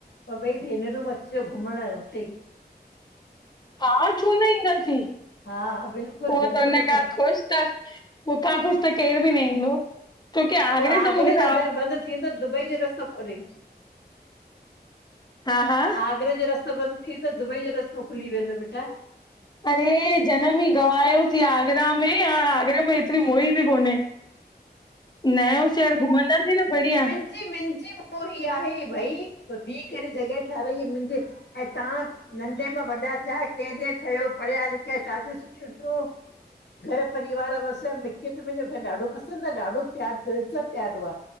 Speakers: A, on the left; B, on the left.
A: पो ॿई भेनरूं ॿि अचिॼो घुमंण उतेई
B: हा छो न ईंदासीं
A: हा बिल्कुलु
B: पो
A: बिल्कुलु
B: तन
A: बिल्कुलु।
B: खां
A: उहो
B: ख़ुशि त मुखां खुश त केर ॿि न ईंदो छोकी
A: पो आगरे
B: सां मूंखे
A: ॼो
B: राब
A: दर ॿंदि थींदो दुॿई ॼो रस्तो खुली
B: हा हा
A: आगरा ॼो रस्तो ॿंदि थी वेंदो दुॿई ॼो रस्तो खुली वेंदो ॿेटा
B: अरे ॼनम ई गवायोसीं आगरा में हाण आगरा में एतिरी मोही ॿि कोन्हे। नयो शहर घुमंदासीं न ॿढ़िया।
A: जी मिंजी मोही आहे भई पो ॿीह करे जॻहि ठाहराइ मुंजे ऐं तहां नंढे में वॾा थिया केॾे ठहियो पढ़िया लिखिया शादियूं सुठियूं थियूं घर परिवार वसिया मिखे त मिंॼो घरु ॾाढो पसंदि आ ॾाढो प्यार दिलि सां प्यारो आ।